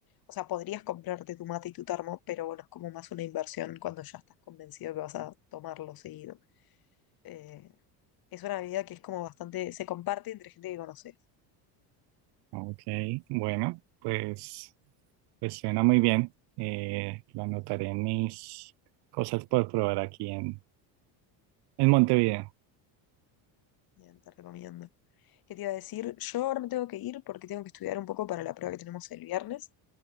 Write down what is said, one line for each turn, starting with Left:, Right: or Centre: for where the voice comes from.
Left: O sea, podrías comprarte tu mate y tu termo, pero bueno, es como más una inversión cuando ya estás convencido que vas a tomarlo seguido. Eh, es una bebida que es como bastante, se comparte entre gente que conoces.
Right: Ok, bueno, pues, pues suena muy bien. Eh, lo anotaré en mis cosas por probar aquí en, en Montevideo.
Left: Bien, te recomiendo. ¿Qué te iba a decir? Yo ahora me tengo que ir porque tengo que estudiar un poco para la prueba que tenemos el viernes,